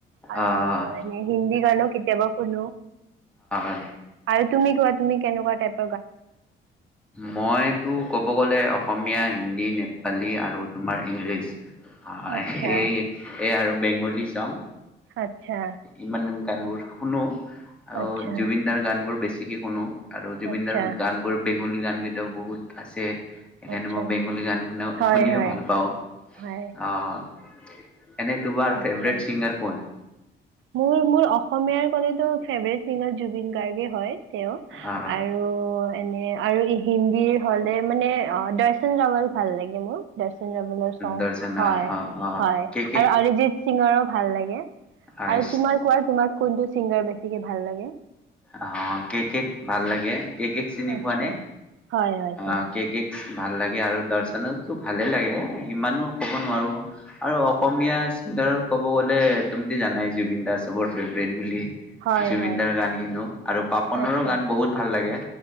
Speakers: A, on the right (about 80°); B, in the centre.
A: আৰু
B: অ',
A: এনে হিন্দী গানো কেতিয়াবা হেল্ল
B: অ'।
A: আৰু তুমি কোৱা তুমি কেনেকুৱা টাইপ
B: মইতো ক'ব গ'লে অসমীয়া হিন্দী নেপালী আৰু তোমাৰ ইংলিছ অ
A: আচ্ছা
B: সেই এই আৰু বেংগলী চং
A: আচ্ছা
B: ইমানন গানবোৰ শুনো আৰু
A: আচ্ছা
B: জুবিন দাৰ গান বোৰ বেছি ঠিকে শুনো আৰু জুবিন
A: আচ্ছা
B: দাৰ বেংগূলী গানকেইটা বহুত আছে সেইকাৰণে
A: আচ্ছা
B: মই বেংগূলী গান শু
A: হয়
B: শুনিও
A: হয়
B: ভাল পাওঁ
A: হয়
B: অহ এনে তোমাৰ
A: আচ্ছা
B: ফেভৰেট চিংগাৰ কোন
A: মোৰ মোৰ অসমীয়াৰ কলেতো ফেভাৰেট ছিংগাৰ জুবিন গাৰ্গে হয় তেওঁ
B: আহ
A: আৰু এনে আৰু ই হিন্দীৰ হলে মানে অ দৰ্শন ৰাৱাল ভাল লাগে মোৰ দৰ্শন ৰাৱলৰ চাও
B: দৰ্শন
A: হয়
B: আহ আহ আহ
A: হয়
B: কে কে
A: আৰু অৰিজিত সিঙৰো ভাল লাগে
B: আহ
A: আৰু তোমাৰ কোৱাৰ তোমাৰ কোনটো ছিংগাৰ বেছি বেছিকে ভাল লাগে
B: অ কে কে ভাল লাগে কেকক চিনি
A: আচ্ছা
B: পোৱা নে
A: হয় হয়
B: অ
A: চিনি
B: কেকেক
A: পাওঁ
B: ভাল লাগে আৰু দৰ্শনতো ভালে লাগে ইমানো ক'ব নোৱাৰোঁ আৰু অসমীয়া চিংগাৰৰ ক'ব গলে তুমিতো জানাই জুবিন দা চবৰ ফেভৰেট বুলি
A: হয়
B: জুবিনদাৰ
A: হয় হয়
B: গানেই আৰু পাপনৰো
A: আচ্ছা
B: গান বহুত ভাল লাগে